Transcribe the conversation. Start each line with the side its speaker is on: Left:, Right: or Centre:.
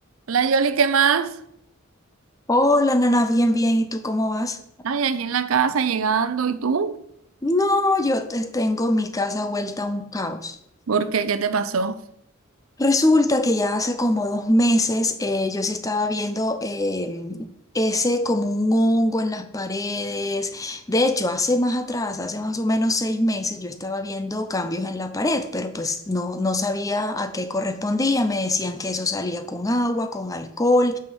Right: Hola Yoli, ¿qué más?
Left: Hola, Nana, bien, bien. ¿Y tú cómo vas?
Right: Ay, aquí en la casa llegando, ¿y tú?
Left: No, yo te- tengo mi casa vuelta a un caos.
Right: ¿Por qué? ¿Qué te pasó?
Left: Resulta que ya hace como dos meses eh, yo sí estaba viendo em, ese como un hongo en las paredes. De hecho, hace más atrás, hace más o menos seis meses, yo estaba viendo cambios en la pared, pero pues no, no sabía a qué correspondía. Me decían que eso salía con agua, con alcohol.